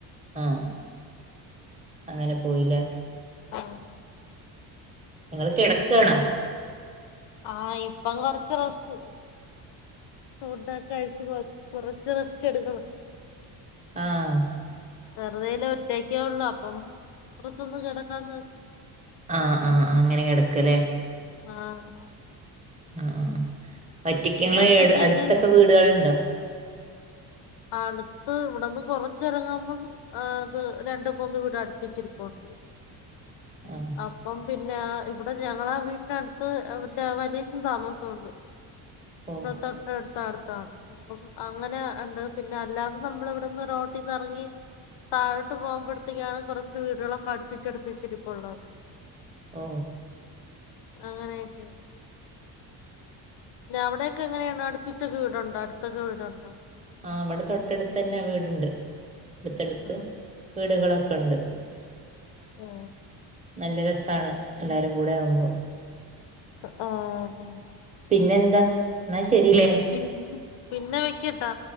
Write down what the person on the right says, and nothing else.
ആഹ അങ്ങനെ പോയില്ലേ
നിങ്ങള് കിടക്കണോ
ആഹ
ആഹ ആഹ്് അങ്ങനെ കിടക്കല്ലേ
ആഹ ആ പറ്റക്ക്ങ്ങെ
അടുത്തൊക്കെ വീടുകളുണ്ടോ
ആഹ്
ഓ
ഓ
ആവിടെ തൊട്ടടുത്തന്നെ വീടുണ്ട് എടുത്തെടുത്ത്
വീടുകളൊക്കെ കണ്ട്
നല്ല രസ്സാണ് എല്ലാരുംകൂടെ ആവുമ്പോ
പിന്നെന്താ ന്നാ ശരിലേ